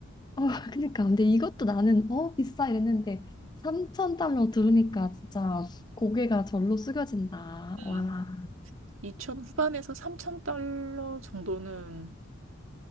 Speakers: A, on the left; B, on the right.
A: 어 <laughs> 그러니까 근데 이것도 나는 어 비싸 이랬는데 3천 달러 들으니까 진짜 고개가 절로 숙여진다.
B: 음.
A: 와,
B: 이천 후반에서 3천 달러 정도는